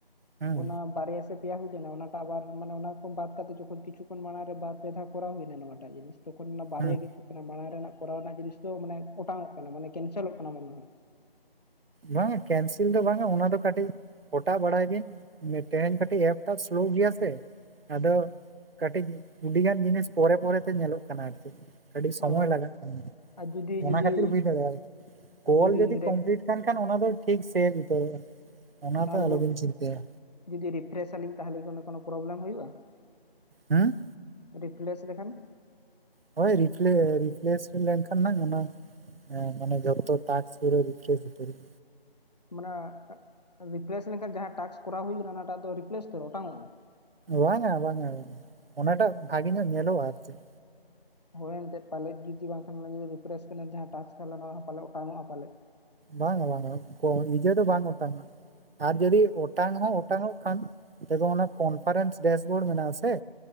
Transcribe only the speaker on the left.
ᱚᱱᱟ ᱵᱟᱨᱭᱟ ᱥᱮ ᱯᱮᱭᱟ ᱦᱩᱭ ᱞᱮᱱᱟ ᱚᱱᱟᱴᱟᱜ ᱟᱵ ᱢᱟᱱᱮ ᱚᱱᱟ ᱠᱷᱚᱱ ᱵᱟᱫ ᱠᱟᱛᱮ ᱡᱚᱠᱷᱚᱱ ᱠᱤᱪᱷᱩ ᱠᱷᱚᱱ ᱢᱟᱲᱟᱝ ᱨᱮ ᱵᱟᱨ ᱯᱮ ᱫᱷᱟ ᱠᱚᱨᱟᱣ ᱦᱩᱭᱱᱟ ᱱᱚᱣᱟᱴᱟᱜ ᱡᱤᱱᱤᱥ ᱛᱚᱠᱷᱚᱱ ᱚᱱᱟ ᱵᱟᱨᱭᱟ
ᱜᱮ ᱦᱤᱡᱩᱜ ᱠᱟᱱᱟ ᱢᱟᱲᱟᱝ ᱨᱮᱱᱟᱜ ᱠᱚᱨᱟᱣ ᱨᱮᱱᱟᱜ ᱡᱤᱱᱤᱥ ᱫᱚ ᱢᱟᱱᱮ ᱚᱴᱟᱝᱚᱜ ᱠᱟᱱᱟ ᱢᱟᱱᱮ ᱠᱮᱱᱥᱮᱞᱚᱜ ᱠᱟᱱᱟ ᱢᱚᱱᱮ ᱦᱚᱭ
ᱚ
ᱟᱨ ᱡᱩᱫᱤ
ᱡᱩᱫᱤ
ᱟᱨ
ᱨᱮ
ᱛᱟᱦᱚᱞᱮ
ᱡᱚ
ᱡᱩᱫᱤ ᱨᱤᱯᱷᱨᱮᱥ ᱟᱹᱞᱤᱧ ᱛᱟᱦᱚᱞᱮ ᱜᱮᱚᱱ ᱠᱳᱱᱳ ᱯᱨᱚᱵᱞᱮᱢ ᱦᱩᱭᱩᱜᱼᱟ
ᱨᱤᱯᱞᱤᱥ ᱞᱮᱠᱷᱟᱱ
ᱢᱟᱱᱮ ᱨᱤᱯᱞᱮᱥ ᱞᱮᱱᱠᱷᱟᱱ ᱡᱟᱦᱟᱸ ᱴᱟᱥ ᱠᱚᱨᱟᱣ ᱦᱩᱭᱩᱜ ᱠᱟᱱᱟ ᱚᱱᱟ ᱴᱟᱜ ᱫᱚ ᱨᱤᱯᱞᱮᱥ ᱛᱮ ᱚᱴᱟᱝ ᱚᱜᱼᱟ
ᱦᱳᱭ ᱮᱱᱛᱮ ᱯᱟᱞᱮᱫ ᱡᱩᱫᱤ ᱵᱟᱝᱠᱷᱟᱱ ᱨᱤᱯᱷᱨᱮᱥ ᱡᱟᱦᱟᱸ ᱴᱟ ᱛᱟᱦᱮ ᱚᱱᱟᱯᱟᱞ ᱚᱴᱟᱝᱢᱚᱜ ᱦᱚᱸ ᱯᱟᱞᱮᱫ